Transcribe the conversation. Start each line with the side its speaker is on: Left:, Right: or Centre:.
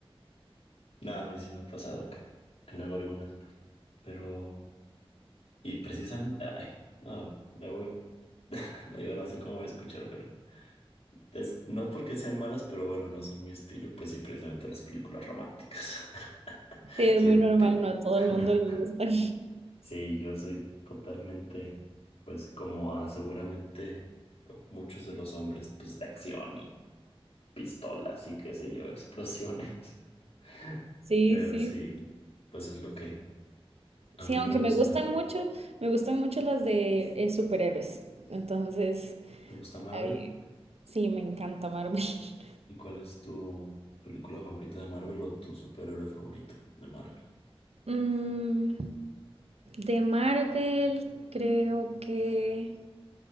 Left: No, a mí sí me ha pasado que, que luego algunas, pero... Y precisamente, ay, no, me voy- <laughs> no digo, no sé cómo voy a escuchar, pero... es- no es porque sean malas, pero bueno, no son mi estilo, pues sí, precisamente las películas románticas. <laughs>
Right: sí, es
Left: Sí,
Right: muy
Left: porque...
Right: normal, no a todo
Left: <laughs>
Right: el mundo le gusta <laughs>
Left: Sí, yo soy totalmente, pues como a seguramente muchos de los hombres, pues de acción y pistolas y qué sé yo, explosiones. <laughs>
Right: Sí,
Left: Pero
Right: sí.
Left: sí, pues es lo que a
Right: Sí,
Left: mí
Right: aunque
Left: me gusta.
Right: me gustan mucho, me gustan mucho las de eh, superhéroes. Entonces,
Left: ¿Te gusta Marvel?
Right: ahí- sí, me encanta Marvel. <laughs>
Left: ¿Y cuál es tu película favorita de Marvel o tu superhéroe favorito de Marvel?
Right: Mm, de Marvel, creo que...